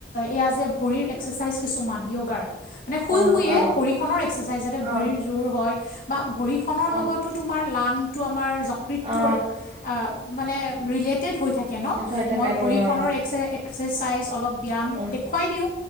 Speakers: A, on the left; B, on the right.
A: এয়া যে ভৰিৰ এক্সাৰচাইজ কিছুমান য়োগাৰ মানে শুই
B: অ
A: শুইয়ে
B: অ
A: ভৰিখনৰ এক্সাৰচাইজ যাতে
B: অ
A: ভৰিৰ জোৰ হয় বা ভৰিখনৰ
B: অ
A: লগত টো তোমাৰ লাংটোৰ আমাৰ যকৃতৰ
B: অ
A: টোৰ অ মানে ৰিলেটেড হৈ থাকে কেন
B: হয় তাকেতো
A: মই ভৰিখনৰ
B: অ
A: একস এক্সেচাইজ অলপ ব্যায়াম
B: অ
A: দেখুৱাই দিওঁ